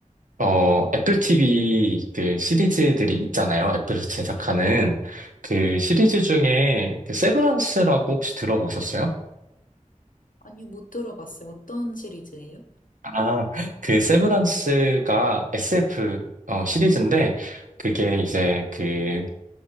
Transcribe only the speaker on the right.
어, 애플 TV 그 시리즈들이 있잖아요. 애플이 제작하는 그 시리즈 중에 그 세브란스라고 혹시 들어보셨어요?
아, 그 세브란스가 SF 어, 시리즈인데 그게 이제 그